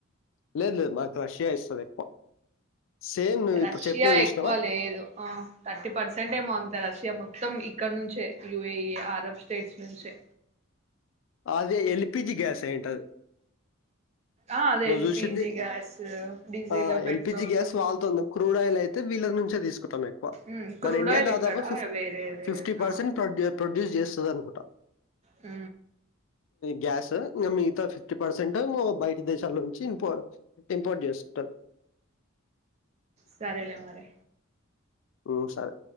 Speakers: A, on the left; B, on the right.
A: లేదు లేదు నాకు రష్యా ఇస్తుంది ఎక్కువ సేమ్ నువ్వు
B: రష్యా
A: ఇప్పుడు చెప్పిన చూసినావా
B: ఎక్కువ లేదు థర్టీ పర్సెంట్ ఏమో రష్యా మొత్తం ఇక్కడ నుంచే యూఏ ఐ అరబ్ స్టేట్స్ నుంచే
A: అదే ఎల్పిజి గ్యాస్ అయి ఉంటాది
B: ఆ అదే ఎల్పిజి
A: చూసింది
B: గ్యాస్ డీజిల్
A: ఆ
B: పెట్రోల్
A: ఎల్పిజి గ్యాస్ వాళ్ళతో క్రూడ్ ఆయిల్ వీళ్ళ నుంచే తీసుకుంటం ఎక్కువ
B: ఉమ్ క్రూడాయిల్
A: మన ఇండియా దాదాపు
B: ఇక్కడ
A: ఫిఫ్
B: వేరేది
A: ఫిఫ్టీ
B: ఆ
A: పర్సెంట్ ప్రొడ్యూస్ చేస్తే ఇస్తదనుకుంటా
B: ఉ
A: గ్యాస్ ఇంగా మిగతా ఫిఫ్టీ పర్సెంట్ బయట దేశాల నుంచి ఇం ఇంపోర్ట్ చేస్తూ ఉంటారు
B: సరేలే మరి
A: ఉ సరే